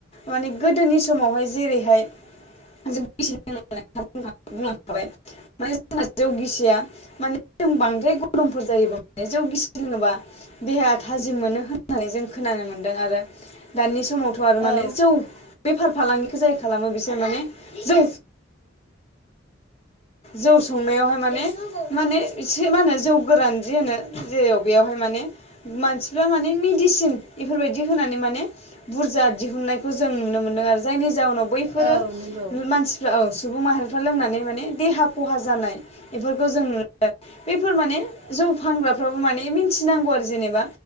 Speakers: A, on the left; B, on the right.
A: माने गोदोनि समावहाय जेरैहाय जों <unintelligible> बुंलांखाबाय माने जोंना जौ गिसिया माने जों बांद्राय गरमफोर जायोबा जौ गिसि लोङोबा देहाया थाजिम मोनो होननानै जों खोनानो मोन्दों आरो दानि समावथ' आरो माने
B: औ
A: जौ बेफार फालांगिखौ जाय खालामो बिसोर माने जौ जौ संनायावहाय माने माने एसे मा होनो जौ गोरान जि होनो जे बेयावहाय माने मानसिफ्रा माने मिदिसिन इफोरबायदि होनानै मान माने बुरजा दिहुननायखौ जों नुनो मोनदों आरो जायनि जाउनाव बैफोरो
B: औ नंगौ
A: <unintelligible> मानसिफ्रा औ सुबुं माहारिफ्रा लोंनानै माने देहा खहा जानाय इफोरखौ जों नुनो <unintelligible> बेफोर माने जौ फानग्राफ्राबो माने मिन्थिनांगौ आरो जेनेबा